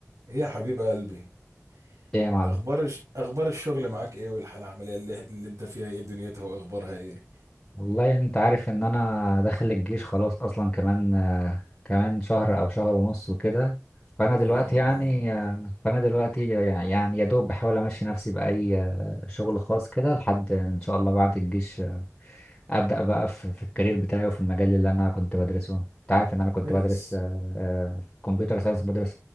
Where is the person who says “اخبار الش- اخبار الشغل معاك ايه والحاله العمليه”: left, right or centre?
Right